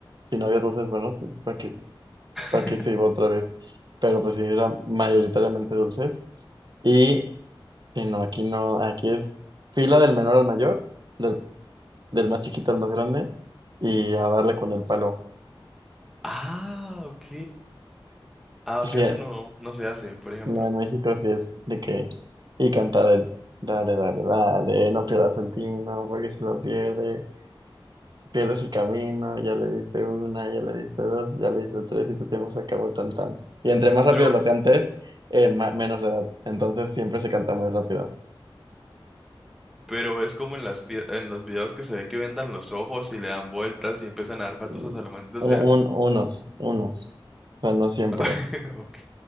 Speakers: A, on the right; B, in the centre.
A: si no había dulces buenos, pues, ¿para qué?
B: <laughs>
A: para que se iba otra vez. Pero pues sí, era mayoritariamente dulces. Y sí, no, aquí no, aquí es fila del menor al mayor, del, del más chiquito al más grande, y a darle con el palo. <laughs>
B: Ah, ok. Ah, acá
A: Sí,
B: eso
A: eh,
B: no, no se hace, por ejemplo.
A: no, en México sí es de que, y cantar el, dale, dale, dale, no pierdas el tino, porque si lo pierdes. Pierdes el camino, ya le diste una, ya le diste dos, ya le diste tres y tu tiempo se acabó tan tan. Y entre más rápido
B: Pero,
A: lo cantes, eh, ma- menos le da. Entonces siempre se canta muy rápido.
B: pero es como en las fie- en los videos que se ve que vendan los ojos y le dan vueltas y empiezan a dar patos
A: Mm,
B: a la maldita
A: un-
B: sea.
A: un- unos, unos. O sea, no siempre.
B: <laughs> Ok.